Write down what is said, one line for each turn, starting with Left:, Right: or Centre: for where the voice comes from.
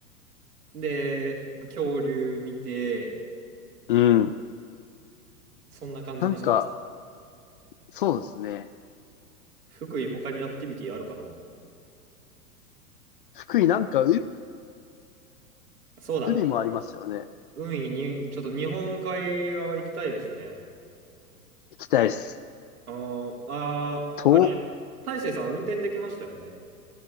Right: で、恐竜見て、
Left: うん。
Right: そんな感じにします。
Left: なんか、そうですね。
Right: 福井、他にアクティビティあるかな
Left: 福井なんか海、
Right: そうだ。
Left: 海もありますよね。
Right: 海に、ちょっと日本海側行きたいですね。
Left: 行きたいです。
Right: あの、あー、
Left: と、
Right: あれ、大成さん運転できましたよね。